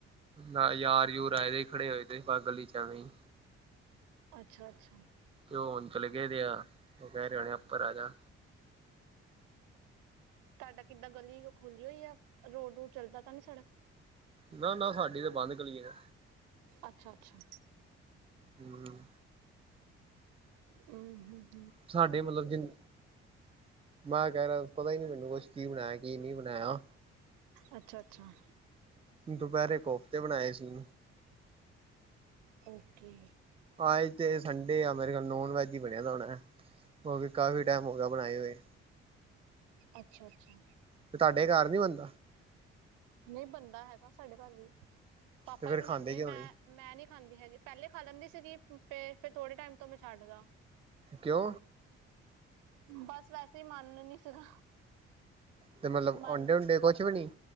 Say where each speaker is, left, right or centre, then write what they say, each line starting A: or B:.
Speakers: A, on the right; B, on the right.
A: ਨਾ ਯਾਰ-ਯੂਰ ਆਏ ਦੇ ਖੜੇ ਹੋਏ ਤੇ ਬਾਰ ਗਲੀ ਚ ਐਵੇਂ
B: ਅੱਛਾ-ਅੱਛਾ।
A: ਲੋ ਹੋਨ ਚਲੇ ਗਏ ਦੇ ਆ। ਮੈਂ ਰੈ ਗਯਾ ਉੱਪਰ ਆਜਾ।
B: ਤਾਡਾ ਕਿੱਦਾਂ ਗਲੀ ਖੁਲ੍ਹੀ ਨੂੰ ਹੋਈ ਆ ਰੋਡ-ਰੂਡ ਚੱਲਦਾ ਤਾਂ ਨੀ ਸੜਕ
A: ਨਾ-ਨਾ ਸਾਡੀ ਤੇ ਬੰਦ ਗਲੀ ਏ।
B: ਅੱਛਾ-ਅੱਛਾ।
A: ਹੂੰ।
B: ਉਂ ਹੂੰ
A: ਸਾਡੇ ਮਤਲਬ ਜਿਨ ਮੈਂ ਐ ਕੈ ਰੇਆ ਪਤਾ ਈ ਨੀ ਮੈਨੂੰ ਕੁਛ ਕੀ ਬਣਾਯਾ ਕੀ ਨੀ ਬਣਾਯਾ
B: ਅੱਛਾ-ਅੱਛਾ।
A: ਦੋਪੈਰੇ ਕੋਫਤੇ ਬਣਾਏ ਸੀ।
B: ਓਕੇ।
A: ਆੱਜ ਤੇ ਸੰਡੇ ਆ। ਮੇਰੇ ਖਿਆਲ ਨੋਨ ਵੈਜ ਈ ਬਣਿਆ ਦਾ ਹੋਣਾ ਕਿਉਕ ਕਾਫੀ ਟੈਮ ਹੋ ਗਯਾ ਬਣਾਏ ਹੋਏ।
B: ਅੱਛਾ-ਅੱਛਾ।
A: ਤੇ ਤਾਡੇ ਕਾਰ ਨੀ ਬਨ
B: ਨਈ ਬਨਦਾ ਹੈਗਾ ਸਾਡੇ ਕੱਰ ਵੀ। ਪਾਪਾ
A: ਤੇ ਫੇਰ
B: ਈ
A: ਖਾਂਦੇ
B: ਬਣਾਦੇ
A: ਕਿਉਂ
B: ਮੈਂ
A: ਨੀ
B: ਮੈਂ ਨੀ ਖਾਂਦੀ ਹੈਗੀ, ਪੈਲੇ ਖਾ ਲੈਂਦੀ ਸੀਗੀ ਫੇਰ-ਫੇਰ ਥੋੜ੍ਹੇ ਟਾਈਮ ਤੋਂ ਮੈਂ ਛੱਡਦਾ।
A: ਕਿਓ?
B: ਬਸ ਵੈਸੇ ਈ ਮੰਨ ਨੀ ਸੀਗਾ
A: ਤੇ ਮਤਲਬ
B: ਮੰਨ
A: ਆਂਡੇ ਉਂਡੇ ਕੁਛ ਵੀ ਨੀ